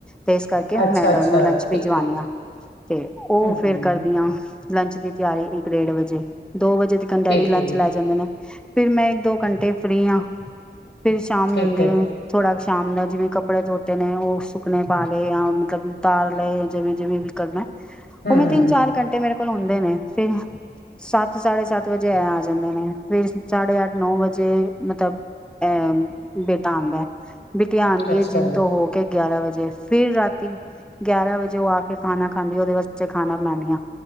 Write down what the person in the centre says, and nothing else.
ਤੇ ਇਸ ਕਰਕੇ
ਮੈਂ ਡੈਡ ਨੂੰ ਲੰਚ ਭਿਜਵਾਨੀ
ਆਂ ਤੇ ਔ
ਫਿਰ ਕਰਦੀ ਆਂ ਲੰਚ ਦੀ ਤਿਆਰੀ ਇੱਕ-ਡੇਢ ਵਜੇ ਦੋ ਵਜੇ ਤਿਕਨ ਡੈਡੀ
ਲੰਚ
ਲੈ ਜਾਂਦੇ ਨੇ। ਫਿਰ ਮੈਂ ਇੱਕ ਦੋ ਘੰਟੇ ਫ੍ਰਰੀ ਹਾਂ। ਫੇਰ ਸ਼ਾਮ ਮਿਲਦੀ
ਆ ਥੋੜਾ ਸ਼ਾਮ ਨਾਲ ਜਿਵੇਂ ਕੱਪੜੇ ਤੋਤੇ ਨੇ। ਉਹ ਸੁੱਕਨੇ ਪਾ ਲਏ ਜਾਂ ਮਤਲਬ ਉਤਾਰ ਲਏ ਜਾਂ ਜਿਵੇਂ -ਜਿਵੇਂ ਵੀ ਕਰਨਾ।
ਉਹ ਮੈਂ ਤਿੰਨ ਚਾਰ ਘੰਟੇ ਮੇਰੇ ਕੋਲ ਆ। ਕਦੇ ਨੇ ਫਿਰ ਸੱਤ ਸਾਢੇ ਸੱਤ ਵਜੇ ਐ ਆਂ ਜਾਂਦੇ ਨੇ, ਫੇਰ ਸਾਢੇ ਅੱਠ ਨੌ ਵਜੇ ਮਤਲਬ ਅਹ ਬੇਟਾ ਆਂਦਾ। ਬਿਟੀਆ ਆਂਦੀ
ਏ ਜਿੰਮ
ਤੋਂ ਹੋ, ਕੇ ਗਿਆਰਾਂ ਵਜੇ। ਫਿਰ ਰਾਤੀ ਗਿਆਰਾਂ ਵਜੇ ਉਹ ਆ ਕੇ ਖਾਣਾ ਖਾਂਦੀ ਉਹਦੇ ਵਾਸਤੇ ਖਾਣਾ ਬਣਾਂਦੀ ਆ,